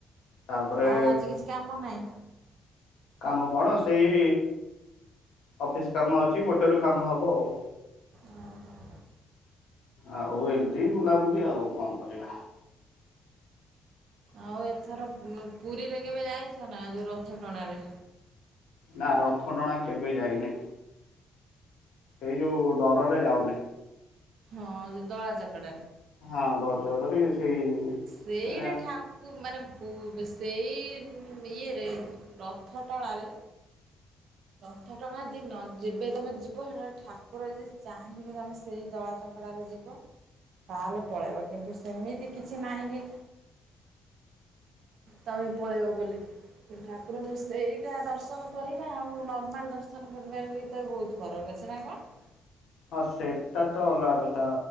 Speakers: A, on the left (about 80°); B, on the right (about 70°).
A: ତାପରେ
B: ଆଉ ଆଜି କିଛି କାମ ନାହି?
A: କାମ କଣ, ସେଇ ଅଫିସ କାମ ଅଛି ଗୋଟେ ରୁ କାମ ହବ ଆଉ।
B: ହଁ, ହଁ।
A: ଆଉ ଏମିତି ବୁଲାବୁଲି ଆଉ କଣ କରିବା।
B: ଆଉ ଏଥର ପୁରୀରେ କେବେ ଯାଇଛ ନା? ଯୋଉ ରଥ ଟଣାରେ?
A: ନା ରଥଟଣା କେବେ ଯାଇନି। ସେଇ ଯୋଉ ଡରରେ ଯାଉନି।
B: ହଁ, ଯୋଉ ଦଳା ଚକଡ଼ାରେ।
A: ହଁ, ଦଳା ଚକଡାରେ ସେଇ
B: ସେଇଟା
A: ଏ
B: ଠାକ କୁ ମାନେ ସେଇ ଇଏରେ, ରଥ ଟଣାରେ ରଥଟଣା ଦିନ, ଯେବେ ତମେ ଯିବ, ସେଠୁ ଠାକୁର ଯଦି ଚାହିଁବେ ତମେ ସେଇ ଦଳା ଚକଡ଼ାରେ ଯିବ, ତାହେଲେ ପଳେଇବ। କିନ୍ତୁ ସେମିତି କିଛି ନାହିଁ କି, ତମ ପଳେଇବ ବୋଲି। ଠାକୁରଙ୍କୁ ସେଇଟା ଦର୍ଶନ କରିବା ଆଉ ନର୍ମାଲ ଦର୍ଶନ କରିବାରେ ବି ତ ବହୁତ ଫରକ୍ ଅଛି। <unintelligible>
A: ହଁ ସେଇଟା ତ ଅଲଗା କଥା